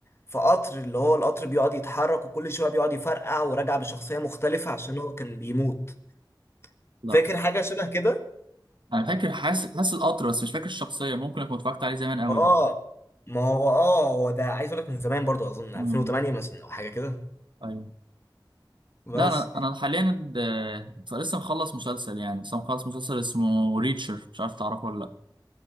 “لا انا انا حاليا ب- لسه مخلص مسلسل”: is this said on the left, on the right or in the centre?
Right